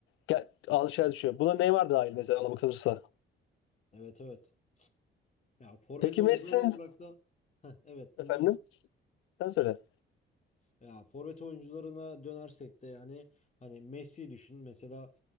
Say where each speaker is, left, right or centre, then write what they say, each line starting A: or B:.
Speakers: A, on the left; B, on the left.
A: gel, alışveriş düşüyor. Buna Neymar dahil mesela ona bakılırsa.
B: Evet evet. Ya forvet
A: Peki
B: oyuncuları
A: Messi'nin
B: olarak da Heh, evet dinliyorum.
A: efendim sen söyle.
B: Ya forvet oyuncularına dönersek de yani hani Messi düşün mesela